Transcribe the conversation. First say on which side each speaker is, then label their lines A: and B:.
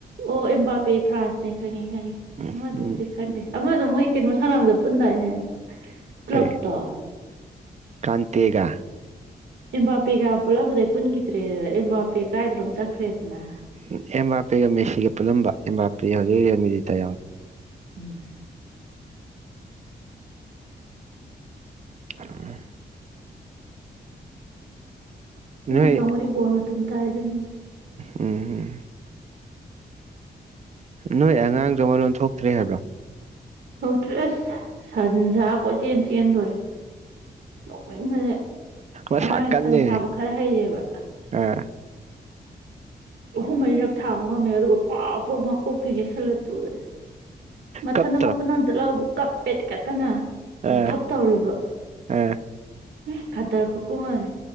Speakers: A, on the right; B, on the right.
A: ꯑꯣ ꯏꯝꯕꯥꯦ ꯐ꯭ꯔꯥꯟꯁꯅꯦ ꯈꯪꯉꯦ
B: ꯎꯝ
A: ꯎꯗꯕꯨ
B: ꯎꯝ
A: ꯈꯪꯗ ꯃꯗꯣ ꯃꯣꯏ ꯀꯩꯅꯣꯝ ꯁꯥꯟꯅꯕꯗꯣ ꯄꯨꯟꯗꯥꯏꯅꯦ ꯀ꯭ꯂꯕꯇꯣ
B: ꯀ ꯀꯥꯟꯇꯒ
A: ꯑ ꯄꯦꯒ ꯄꯨꯜꯂꯝꯕꯗꯩ ꯄꯨꯟꯈꯤꯗ꯭ꯔꯦꯗꯅ ꯑꯦꯝ ꯄꯦ ꯀꯥꯏꯗꯅꯣꯝ ꯆꯠꯈ꯭ꯔꯦꯗꯅ
B: ꯎ ꯑꯦꯝ ꯄꯤꯒ ꯃꯦꯁꯤꯒ ꯄꯨꯜꯂꯝꯕ ꯑꯦꯝ ꯄꯤꯒ ꯍꯧꯖꯤꯛ ꯔꯦꯜꯃꯤꯗꯤ ꯇꯌꯥ
A: ꯎꯝ
B: ꯎꯝ
A: ꯍꯩꯅ
B: ꯅꯣꯏ
A: ꯈꯪ ꯃꯔꯤꯕꯣ ꯑꯗꯨꯝ ꯇꯥꯏꯗꯅꯤꯅꯦ
B: ꯎꯝ ꯅꯣꯏ ꯑꯉꯥꯡꯖ ꯃꯔ ꯂꯣꯟ ꯊꯣꯛꯇ꯭ꯔꯦ ꯍꯥꯏꯕ꯭ꯔꯣ
A: ꯊꯣꯛꯣꯛꯇꯔ ꯁꯗꯥ ꯀꯣ ꯆ ꯆꯦꯟꯗꯧꯔꯦ ꯅꯣꯛꯃꯤꯅꯁ ꯉꯔꯥꯡꯁꯦ
B: ꯃꯁꯥ ꯀꯟ
A: ꯁꯟ
B: ꯂꯩꯔꯦ
A: ꯁꯥꯕ ꯈꯔ ꯍꯩꯔꯦꯕ
B: ꯑꯥ
A: ꯑꯍꯨꯝ ꯃꯔꯤꯔꯛ ꯊꯥꯡꯕ ꯉꯝꯃꯦ ꯑꯗꯨꯒ ꯄꯥꯄ ꯃꯥ ꯀꯣꯛꯄꯤꯒꯦꯁꯂ ꯇꯨꯑꯦ ꯃꯊꯟ
B: ꯀꯞꯇ꯭ꯔꯣ
A: ꯃꯈꯨꯠꯅ ꯖꯠ ꯕꯨꯛꯞꯄꯦꯠ ꯀꯇꯅ
B: ꯑꯥ
A: ꯗꯞ ꯇꯧꯔꯤꯕ
B: ꯑꯥ
A: ꯑꯦ ꯀꯗꯔ ꯈꯨꯀꯨꯡ ꯑꯝꯅꯦ